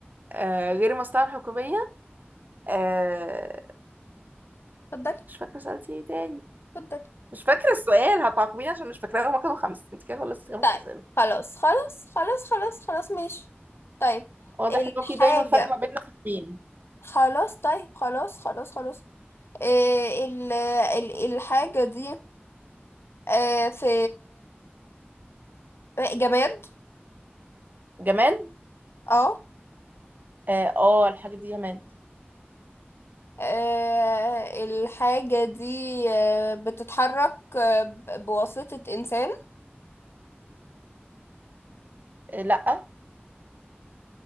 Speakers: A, on the right (about 45°); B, on the left (about 75°).
A: آه غير المصلحه الحكوميه آه
B: اتفضلي
A: مش فاكرة سألتي ايه تاني
B: اتفضلي
A: مش فاكرة السؤال هتعاقبيني عشان مش فاكرة هما كانوا خمس انت كده خلصتي خمس
B: طيب
A: أسئلة
B: خلاص خلاص خلاص خلاص خلاص ماشي طيب
A: واضح
B: الحاجة
A: ان هو في دايما فرق ما بيننا في الدين
B: خلاص طيب خلاص خلاص خلاص آه، ال ال- الحاجة دي آه، في جماد
A: جماد
B: اه
A: اه آه، الحاجة دي جماد
B: آه، الحاجة دي آه، بتتحرك آه، ب- بواسطة إنسان
A: آه لا